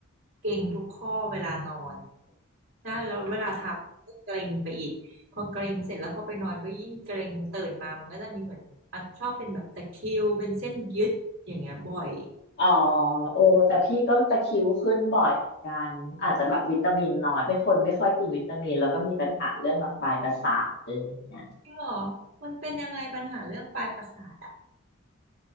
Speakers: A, on the right; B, on the left.
A: เกร็งทุกข้อเวลานอนนะแล้วเวลาทำก็เกร็งไปอีกพอเกร็งเสร็จแล้วพอไปนอนก็ยิ่งเกร็งตื่นมามันก็จะมีเหมือนอ่ะชอบเป็นแบบตะคริวเป็นเส้นยึดอย่างเงี้ยบ่อย
B: อ๋อโอ้แต่พี่ก็ตะคริวขึ้นบ่อยเหมือนกันอาจจะแบบวิตามินน้อยเป็นคนไม่ค่อยกินวิตามินแล้วก็มีปัญหาเรื่องแบบปลายประสาทอะไรอย่างเงี้ย
A: จริงเหรอมันเป็นยังไงปัญหาเรื่องปลายประสาทอะ